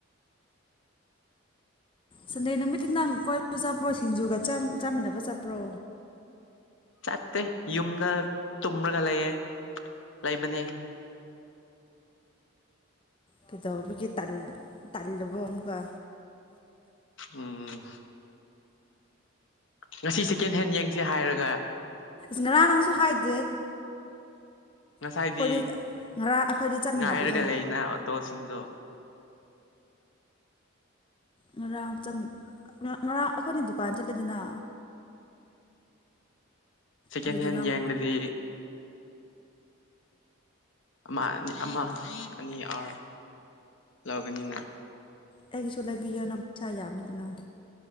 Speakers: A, on the left; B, on the left.
A: ꯁꯟꯗꯦ ꯅꯨꯃꯤꯠꯇꯤ ꯅꯪ ꯀꯣꯏ <unintelligible> ꯆꯥꯃꯤꯟꯅꯕ ꯆꯠꯄ꯭ꯔꯣ
B: ꯆꯠꯇꯦ ꯌꯨꯝꯗ ꯇꯨꯝꯔꯒ ꯂꯩꯌꯦ ꯂꯩꯕꯅꯦ
A: ꯀꯩꯗꯧꯕꯒꯤ ꯇꯜ ꯇꯜꯂꯕꯣ ꯑꯃꯨꯛꯀ
B: ꯎꯝ ꯉꯁꯤ ꯁꯦꯀꯦꯟ ꯍꯦꯟ ꯌꯦꯡꯁꯦ ꯍꯥꯏꯔꯒ
A: ꯉꯔꯥꯡ ꯅꯪꯁꯨ ꯍꯥꯏꯗꯦ
B: ꯉꯁꯥꯏꯗꯤ
A: ꯑꯩꯈꯣꯏꯗꯤ ꯉꯔꯥꯡ ꯑꯩꯈꯣꯏꯗꯤ ꯆꯠꯃꯤꯟꯅꯕꯗꯣ
B: ꯉꯥꯏꯔꯒ ꯂꯩꯅ ꯑꯣꯇꯣꯁꯤ ꯇꯨꯡꯗꯣ
A: ꯉꯔꯥꯡ ꯆꯃꯤ ꯉꯔꯥꯡ ꯑꯩꯈꯣꯏꯅꯤ ꯗꯨꯀꯥꯟ ꯆꯠꯂꯦꯗꯅ
B: ꯁꯦꯀꯦꯟ
A: ꯑꯗꯨꯗ
B: ꯍꯦꯟ
A: ꯅꯪ
B: ꯌꯦꯡꯂꯗꯤ ꯑꯃ ꯑꯅꯤ ꯑꯃ ꯑꯅꯤ ꯑꯥꯔ ꯂꯧꯒꯅꯤꯅ
A: ꯑꯩꯒꯤꯁꯨ ꯂꯩꯕꯤꯌꯣꯅ ꯄꯩꯁꯥ ꯌꯥꯝꯃꯗꯤ ꯅꯪ